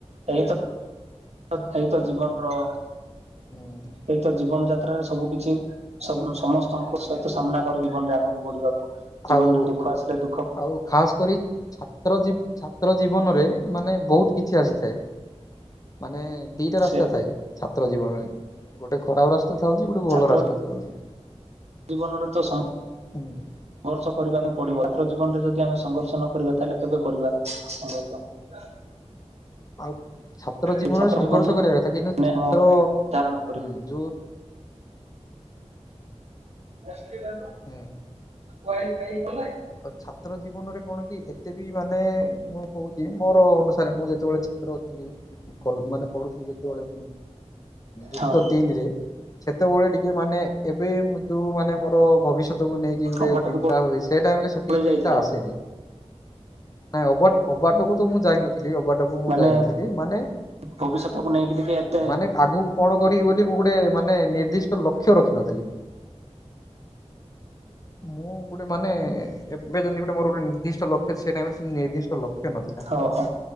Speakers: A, on the right; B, on the left.
A: ଏଇତ ତ ଏଇତ ଜୀବନର।
B: ହୁଁ।
A: ଏଇତ ଜୀବନ ଯାତ୍ରାରେ ସବୁ କିିଛି ସବୁ ସମସ୍ତଙ୍କ ସହିତ ସାମ୍ନା କରି ଜୀବନରେ ଆଗକୁ ବଢିବାକୁ ହ ଜୀବନରେ
B: ଆଉ
A: ଦୁଃଖ ଆସିଲେ ଦୁ
B: ଆଉ ଖାସ କରି। ଛାତ୍ର ଜୀବ ଛାତ୍ର ଜୀବନରେ ମାନେ ବହୁତ କିଛି ଆସିଥାଏ ମାନେ। ଦିଇଟା ରାସ୍ତା
A: ସେ
B: ଥାଏ ଛାତ୍ର ଜୀବନରେ ଗୋଟେ ଖରାପ ରାସ୍ତା ଥାଉଛି ଗୋଟେ ଭଲ
A: ଛାତ୍ର
B: ରାସ୍ତା ଥାଉଛି।
A: ଜୀବନରେ ତ ସମ
B: ହୁଁ।
A: ସଂଘର୍ଷ କରିବାକୁ ପଡିବ ଛାତ୍ର ଜୀବନରେ ଯଦି ଆମେ ସଂଘର୍ଷ ନ କରିବା ତାହେଲେ କେବେ କରିବା ସଂଘର୍ଷ। ହ
B: ଆଉ ଛାତ୍ର ଜୀବନରେ
A: ଏ
B: ସଂଘର୍ଷ
A: ଜୀବନ ହିଁ
B: କରିବା କଥା କିନ୍ତୁ
A: ମାନେ
B: ଛାତ୍ର
A: ଆମ ଧାରଣ
B: ହୁଁ ଯୋଉ
A: ଆସିଥିଲା ପା।
B: ହୁଁ।
A: ଖାଇ ଗଲଣି
B: ଆଉ ଛାତ୍ର ଜୀବନରେ କଣ କି ଏତେବି। ମାନେ ମୁଁ କହୁଛି ମୋର ଅନୁସାରେ ମୁଁ ଯେତେବେଳେ ଛାତ୍ର ଥିଲି। ଭଲ ମାନେ ପଢୁଥିଲି ଯେତେବେଳେ ଯୁକ୍ତ
A: ହଁ
B: ତିନିରେ। ସେତେବେଳେ ଟିକେ ମାନେ ଏବେ ମୁଁ ଯଉମାନେ ମୋର ଭବିଷ୍ୟତକୁୁ ନେଇକି ଗୋଟେ
A: ଅବାଟକୁ
B: ଚିନ୍ତା ହୁଏ ସେ ଟାଇମ ରେ ସେତିକି
A: ପଳେଇ
B: ଚିନ୍ତା
A: ଯାଇଥିଲେ
B: ଆସେନି ନାଇଁ ଓବାଟ ଓବାଟକୁ ତ ମୁଁ ଯାଇନ ହେଲେ ଓବାଟକୁ ମୁଁ
A: ମାନେ
B: ଯାଇନଥିଲି ମାନେ
A: ଭବିଷ୍ୟତକୁ ନେଇକି ଟିକେ ଏତେ
B: ମାନେ ଆଗକୁ କଣ କରିବି ବୋଲି ମୁଁ ଗୁଟେ ମାନେ ନିର୍ଦ୍ଦିଷ୍ଟ ଲକ୍ଷ୍ୟ ରଖିନଥିଲି ମୁଁ। ଗୋଟେ ମାନେ ଏବେ ଯେମିତି ଗୁଟେ ମୋର ଗୋଟେ ନିର୍ଦିଷ୍ଟ ଲକ୍ଷ୍ୟ ସେ ଟାଇମରେ ନିର୍ଦ୍ଦିଷ୍ଟ ଲକ୍ଷ୍ୟ ନଥିଲା
A: ଓହୋ